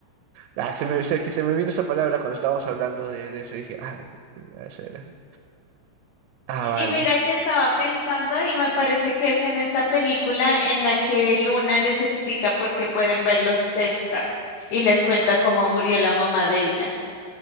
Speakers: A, on the right; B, on the left.
A: Ah, se me, es que se me vino esa palabra cuando estábamos hablando de, de eso. y Dije, ah, ah, ese era. Ah, vale.
B: Y mira que estaba pensando y me parece que es en esta película en la que Luna les explica por qué pueden ver los Testral y les cuenta cómo murió la mamá de ella.